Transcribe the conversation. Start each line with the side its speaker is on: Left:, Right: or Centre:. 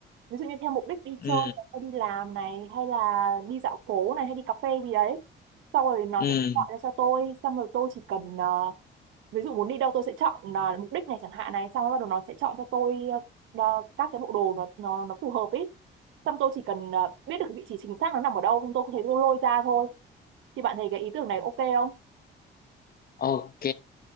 Right: ví dụ như theo mục đích đi chơi
Left: ừ
Right: hay đi làm này hay là đi dạo phố này hay đi cà phê gì đấy sau rồi nó
Left: ừ.
Right: sẽ gọi ra cho tôi xong rồi tôi chỉ cần ờ, ví dụ muốn đi đâu tôi sẽ chọn là mục đích này chẳng hạn này xong rồi bắt đầu nó sẽ chọn cho tôi ờ, ờ, các cái bộ đồ nó nó nó phù hợp ấy xong tôi chỉ cần ờ, biết được cái vị trí chính xác nó nằm ở đâu xong tôi có thể tôi lôi ra thôi thì bạn thấy cái ý tưởng này ok không
Left: ok